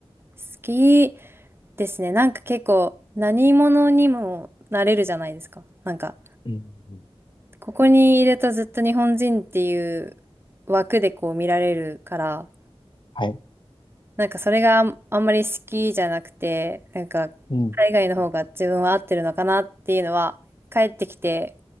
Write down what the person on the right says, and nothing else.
好きですね。なんか結構何者にもなれるじゃないですか。なんか、
ここにいるとずっと日本人っていう枠でこう見られるから、
なんかそれがあんあんまり好きじゃなくて、なんか海外の方が自分は合ってるのかなっていうのは帰ってきて